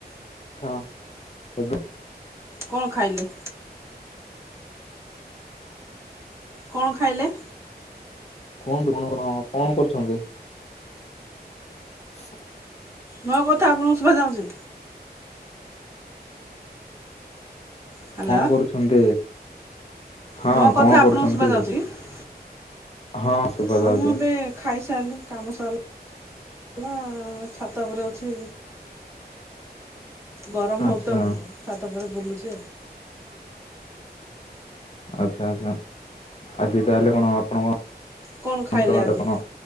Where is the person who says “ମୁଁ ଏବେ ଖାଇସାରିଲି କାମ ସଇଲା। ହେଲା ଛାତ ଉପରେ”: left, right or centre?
Right